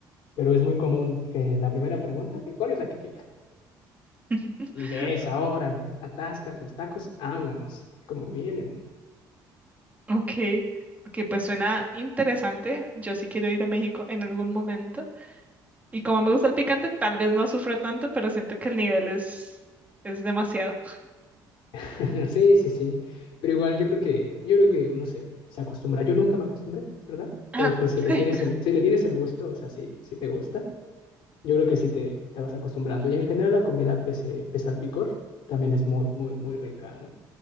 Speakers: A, on the left; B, on the right.
A: Pero es muy común que la primera pregunta, ¿y ¿cuál es la que pica?
B: <laughs>
A: Y de esa hora le atascas los tacos, vámonos, como vienen.
B: Ok, ok, pues suena interesante. Yo sí quiero ir a México en algún momento. Y como me gusta el picante, tal vez no sufro tanto, pero siento que el nivel es, es demasiado.
A: <laughs> Sí, sí, sí. Pero igual yo creo que, yo creo que uno se, se acostumbra. Yo nunca me acostumbré, ¿verdad? Pero
B: Ah,
A: pues si le
B: Sí,
A: tienes el, si le tienes el gusto, o sea, si, si te gusta, yo creo que sí te, te vas acostumbrando. Y en general la comida, pese, pese al picor, también es muy, muy, muy rica, ¿no?